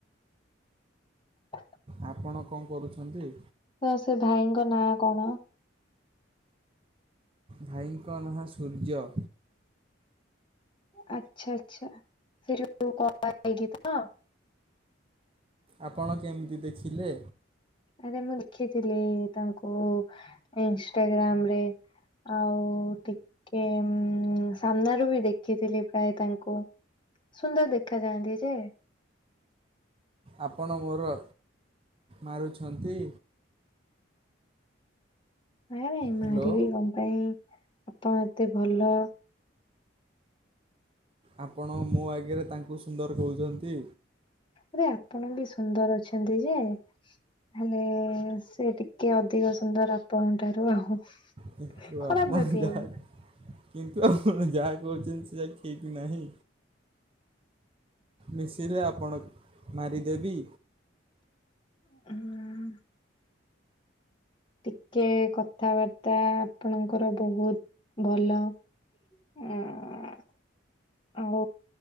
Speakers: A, on the left (about 25°); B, on the right (about 30°).
A: <inaudible>
B: ଆପଣ କଣ କରୁଛନ୍ତି?
A: ତ ସେ ଭାଇଙ୍କ ନାଁ କଣ?
B: ଭାଇଙ୍କ ନାଁ ସୂର୍ଯ୍ୟ।
A: ଆଛା ଆଛା ସେ ଯୋଉ ପୁଅ କଳା ହେଇକି ତ।
B: ଆପଣ କେମିତି ଦେଖିଲେ?
A: ଆରେ ମୁଁ ଦେଖିଥିଲି ତାଙ୍କୁ ଇନଷ୍ଟାଗ୍ରାମରେ। ଆଉ ଟିକ କି ଉଁ ସାମ୍ନାରୁବି ଦେଖିଥିଲି ପ୍ରାୟ ତାଙ୍କୁ। ସୁନ୍ଦର ଦେଖା ଯାଆନ୍ତି ଯେ
B: ଆପଣ ମୋର ମାରୁଛନ୍ତି।
A: ନାଇଁ ନାଇଁ ମାରିବି
B: ହ୍ୟାଲୋ
A: କଣ ପାଇଁ ଆପଣ ଏତେ ଭଲ।
B: ଆପଣ ମୋ ଆଗରେ ତାଙ୍କୁ ସୁନ୍ଦର କହୁଛନ୍ତି।
A: ଆରେ ଆପଣବି ସୁନ୍ଦର ଅଛନ୍ତିଯେ ହେଲେ ସେ ଟିକେ ଅଧିକ ସୁନ୍ଦର ଆପଣଙ୍କ ଠାରୁ ଆଉ।
B: କିନ୍ତୁ
A: ଖରାପ
B: ଆପଣ
A: ଭାବିବେନି
B: ଯାହା କିନ୍ତୁ ଆପଣ ଯାହା କହୁଛନ୍ତି ସେୟା ଠିକନାହିଁ। ମିଶିଲେ ଆପଣ ମାରିଦେବି।
A: ହୁଁ। ଟିକେ କଥାବାର୍ତ୍ତା ଆପଣଙ୍କର ବହୁତ ଭଲ। ହଁ। ଆଉ